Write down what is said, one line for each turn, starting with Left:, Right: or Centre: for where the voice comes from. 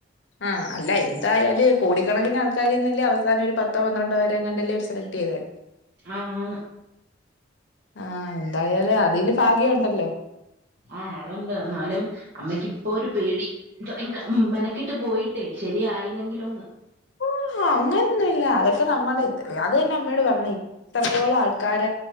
Left: ആഹ് അല്ല എന്തായാലും കോടിക്കണക്കിന് ആൾക്കാരിൽന്നല്ലേ അവസാനം ഒര് പത്ത്. ത്തോ പന്ത്രണ്ടൊ വേരെങ്ങാണ്ടല്ലേ അവർ സെലക്ട് ചെയ്തെ
Right: ആഹ് ആന്ന്
Left: ആഹ് എന്തായാലും അതില് ഫാഗ്യം ഉണ്ടല്ലോ
Right: ആഹ് അതൊണ്ട് എന്നാലും അമ്മയ്ക്ക് ഇപ്പോ ഒരു പേടി <unintelligible> ക്കിട്ട് പോയിട്ടേ ശരിയായില്ലെങ്കിലൊന്ന്.
Left: ഓഹ് അങ്ങനൊന്നും ഇല്ല അതൊക്കെ നമ്മുടെ ഏ അത് തന്നെ അമ്മയോട് പറയണ് ഇത്രയോളം ആൾക്കാര